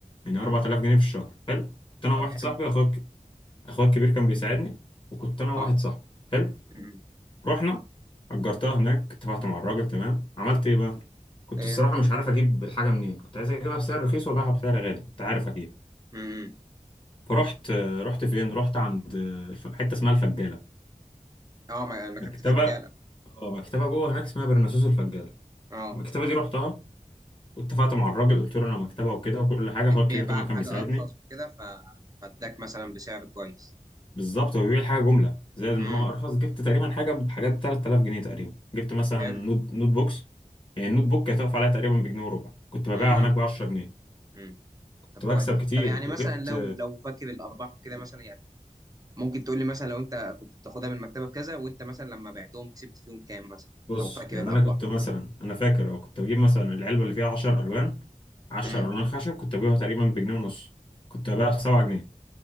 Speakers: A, on the left (about 40°); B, on the right (about 25°).
A: يعني
B: امم
A: 4000 جنيه في الشهر حلو كنت انا
B: طب
A: وواحد
B: حلو
A: صاحبي اخويا اخويا الكبير كان بيساعدني وكنت انا وواحد
B: اه
A: صاحبي حلو
B: امم
A: رحنا اجرتها هناك اتفقت مع الراجل تمام عملت ايه بقى كنت
B: ايه
A: الصراحه مش عارف اجيب الحاجه منين كنت عايز اجيبها بسعر رخيص وابيعها بسعر غالي انت عارف اكيد
B: امم
A: فرحت رحت فين رحت عند الف- حته اسمها الفجاله
B: اه ما يعني ما
A: مكتبه
B: كنت في رجاله
A: اه مكتبه جوه هناك اسمها برناسوس الفجاله
B: اه
A: المكتبه دي رحتها واتفقت مع الراجل قلت له انا مكتبه وكده وكل حاجه
B: بتبيع
A: اخويا الكبير طبعا
B: بقى الحاجه
A: كان بيساعدني
B: ارخص وكده ف فاداك مثلا بسعر كويس
A: بالظبط هو بيبيع حاجه جمله زائد ان
B: امم
A: هو ارخص جبت تقريبا حاجه بحاجات ب 3000 جنيه تقريبا جبت
B: طب
A: مثلا
B: حلو
A: نوت نوت بوكس يعني النوت بوك كانت واقفه عليها تقريبا بجنيه وربع كنت ببيعها
B: امم
A: هناك ب 10 جنيه
B: امم
A: كنت
B: طب كويس
A: بكسب كتير
B: طب يعني مثلا
A: وجبت
B: لو لو فاكر الارباح وكده مثلا يعني ممكن تقول لي مثلا لو انت كنت بتاخدها من المكتبه بكذا وانت مثلا لما بعتهم كسبت فيهم كام مثلا
A: بص
B: لو فاكر
A: يعني
B: الارباح
A: انا كنت مثلا
B: او كده
A: انا فاكر اه كنت بجيب مثلا العلبه اللي فيها 10 الوان 10
B: امم
A: الوان خشب كنت بجيبها تقريبا بجنيه ونص كنت ببيعها ب 7